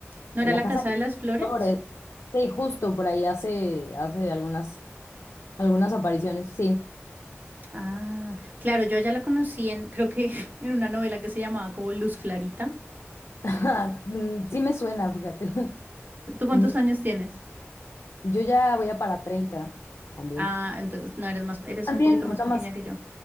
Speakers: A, on the right; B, on the left.
A: ¿No
B: En
A: era
B: La
A: La
B: Casa
A: Casa de las Flores?
B: Flores. Sí, justo por ahí hace, hace algunas, algunas apariciones, sí.
A: Ah, claro, yo a ella la conocí en, creo que <laughs> en una novela que se llamaba como Luz Clarita.
B: <laughs> Ajá, Mm, Sí me suena, fíjate. <laughs>
A: ¿Tú cuántos
B: Muy-
A: años tienes?
B: Yo ya voy a para 30, también.
A: Ah, entonces no eres más, eres
B: También,
A: un poquito
B: no,
A: más
B: Tomás.
A: pequeña que yo.